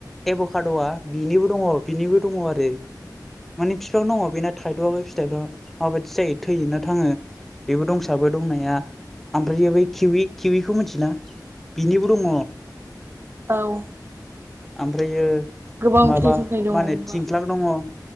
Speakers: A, in the centre; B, on the right.
A: एब'काद'आ बिनिबो दङ बिनिबो दङ आरो माने बिफां दङ बेना थाइथआखै फिथाइफ माबाददि जायो थैयो ना थाङो बेबो दंसाबो दंनाया ओमफ्राय बै खिउव खिविखौ मिथिना बिनिबो दङ
B: औ
A: ओमफ्रायो
B: गोबां
A: माबा
B: फिथाइ सामथाइ दङ
A: मा होनो
B: होमबा
A: थिंख्लां दङ